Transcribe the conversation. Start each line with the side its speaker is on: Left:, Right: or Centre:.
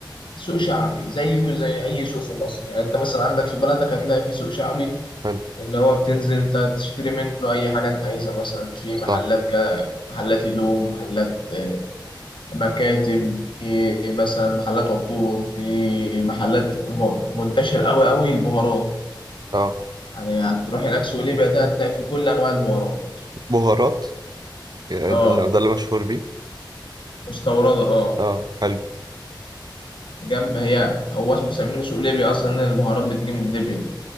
Left: سوق شعبي زيه زي أي سوق في مصر يعني أنت مثلا عندك في بلدك هتلاقي فيه سوق شعبي
Right: حلو
Left: اللي هو بتنزل ت- تشتري منه أي حاجة أنت عايزها مثلا في
Right: صح
Left: محلات محلات هدوم محلات آه، مكاتب في مثلا محلات عطور في محلات م- منتشر أوي أوي البهارات
Right: اه
Left: يعني هتروح هناك سوق ليبيا ده هتلاقي في كل أنواع البهارات
Right: بهارات آه،
Left: اه
Right: ده اللي ده اللي مشهور بيه
Left: مستوردة اه
Right: اه حلو
Left: جنب هي هو اسمه مسمينه سوق ليبيا أصلا إن البهارات بتيجي من ليبيا